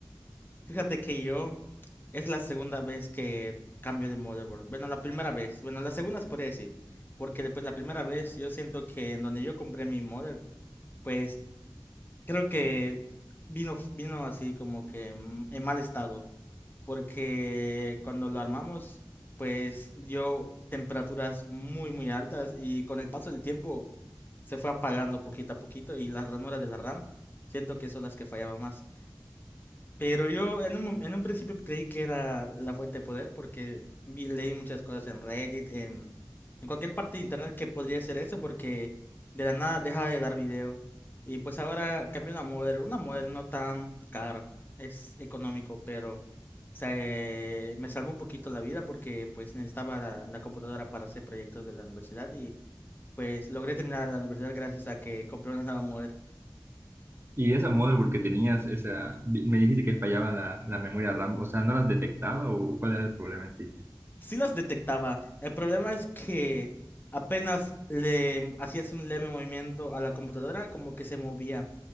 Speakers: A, on the left (about 25°); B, on the right (about 30°).
A: Fíjate que yo es la segunda vez que cambio de motherboard. Bueno, la primera vez. Bueno, la segunda se podría decir. Porque después la primera vez yo siento que en donde yo compré mi mother, pues creo que vino, vino así como que mm, en mal estado. porque cuando lo armamos, pues dio temperaturas muy, muy altas y con el paso del tiempo se fue apagando poquito a poquito y las ranuras de la RAM, siento que son las que fallaban más. Pero yo en un, mom- en un principio creí que era la fuente de poder porque vi, leí muchas cosas en Reddit, en, en cualquier parte de internet que podría ser eso porque de la nada deja de dar video. Y pues ahora cambia una modder, una modder no tan cara, es económico, pero se, me salvó un poquito la vida porque pues necesitaba la, la computadora para hacer proyectos de la universidad y pues logré terminar la universidad gracias a que compré una nueva modder.
B: Y esa motherboard que tenías, esa, di- me dijiste que fallaba la, la memoria RAM, o sea, ¿no las detectaba o cuál era el problema en sí?
A: sí las detectaba. El problema es que apenas le hacías un leve movimiento a la computadora, como que se movía.